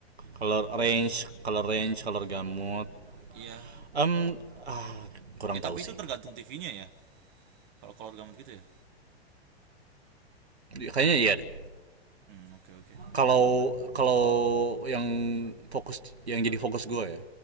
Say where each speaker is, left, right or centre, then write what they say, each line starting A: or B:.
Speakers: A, on the right; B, on the right.
A: color range color range color gamut
B: Iya,
A: um ah, kurang
B: eh tapi
A: tahu sih
B: itu tergantung TV-nya ya. Kalau color gamut gitu ya.
A: kayaknya iya deh
B: Hmm oke okay, oke, Okay.
A: kalau kalau yang fokus yang jadi fokus gue ya